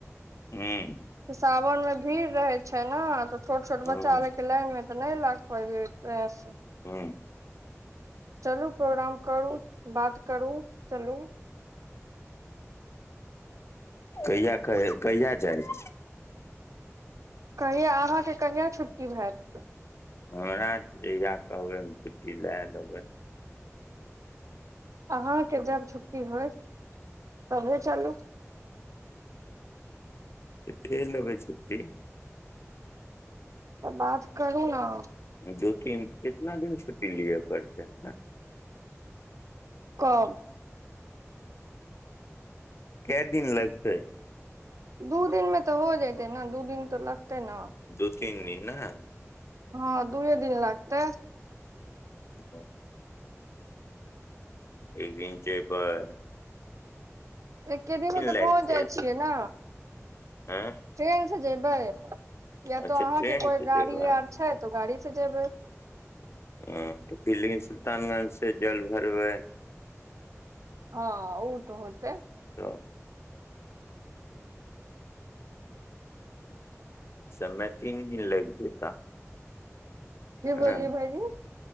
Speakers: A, on the left; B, on the right.
A: हूँ
B: सावन में भीड़ रहे छै ने तऽ छोट छोट
A: हूं
B: बच्चा ल के लाइन मे नहि लग पवे ते से
A: हँ
B: चलू प्रोग्राम करू बात करू चलू।
A: कहिया कहै कहिया जाइ
B: कहिया अहाँके कहिया छुट्टी हैत।
A: हमरा जहिया कहबै हम छुट्टी लए लेबै।
B: अहाँके जब छुट्टी होय तबे चलू।
A: ले लेबै छुट्टी।
B: तऽ बात करू न।
A: दू तीन कितना दिन छुट्टी लिय पड़तै।
B: कब
A: कै दिन लगतै।
B: दू दिन मे तऽ हो जैतै न दू दिन तऽ लगतै न।
A: दू तीन दिन न।
B: हँ दुए दिन लगतै।
A: <inaudible> एक दिन जैबेय।
B: एके दिनमे तऽ
A: लागि
B: पहुँच
A: जायत
B: जाइ छियै न।
A: आँय
B: ट्रेन से जेबे या
A: अच्छा
B: तो अहाँ
A: ट्रेन
B: के कोई
A: से
B: गाड़ी
A: जेबै
B: आर छै तो गाड़ी से जेबै।
A: हँ तऽ फिर लेकिन सुलतान गंज से जल भरबै।
B: हँ उ तऽ होतै।
A: तब ओइमे तीन दिन लगि जेता।
B: की
A: हँ
B: बोललियै भाइजी।